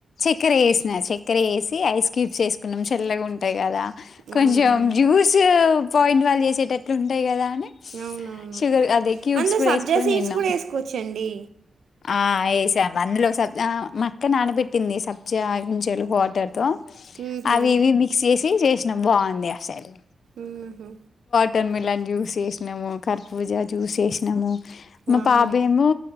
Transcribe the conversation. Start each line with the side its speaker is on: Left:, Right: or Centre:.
Left: చక్కెర వేసిన చక్కెర వేసి ఐస్ క్యూబ్స్ వేసుకున్నాం చల్లగా ఉంటాయి కదా కొంచెం
Right: అవునవును
Left: జ్యూస్ పాయింట్ వాళ్ళు చేసేటట్లు ఉంటాయి కదా
Right: అవునవును
Left: షుగర్ అదే క్యూబ్స్
Right: అందులో
Left: కూడా
Right: సబ్జా
Left: వేసుకొని
Right: సీడ్స్
Left: తిన్నాం
Right: కూడా వేసుకోవచ్చండి
Left: ఆ వేసాం అందులో సబ్జా మా అక్క నానపెట్టింది సబ్జా గింజలు వాటర్తో
Right: మ్మ్హ్మ్.
Left: అవి ఇవి మిక్స్ చేసి చేసి బాగుంది ఆసైలు
Right: ఉహూ
Left: టర్మిలాన్ జ్యూస్ వేసినాము కరపూజ జ్యూస్ వేసినాము మా
Right: వామ్మోయ్
Left: పాపేమో